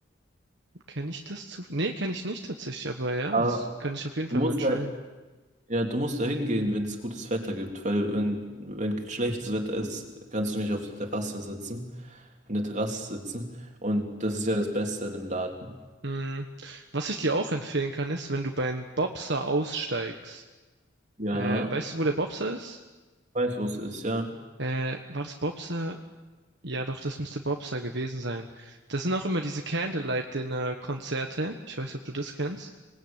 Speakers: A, on the right; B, on the right.
A: Kenne ich das zu? Nee, kenne ich nicht tatsächlich, aber ja,
B: Aber
A: das kann ich auf jeden Fall
B: du musst
A: mal tryen.
B: da, ja, du musst da hingehen, wenn es gutes Wetter gibt, weil wenn, wenn schlechtes Wetter ist, kannst du nicht auf der Terrasse sitzen. in der Terrasse sitzen. Und das ist ja das Beste in dem Laden.
A: Mhm. Was ich dir auch empfehlen kann, ist, wenn du beim Bobser aussteigst.
B: Ja,
A: Äh, weißt du, wo der Bobser ist?
B: weiß, wo es ist, ja.
A: Äh, war das Bobser? Ja, doch, das müsste Bobster gewesen sein. Das sind auch immer diese Candlelight-Dinner-Konzerte. Ich weiß nicht, ob du das kennst.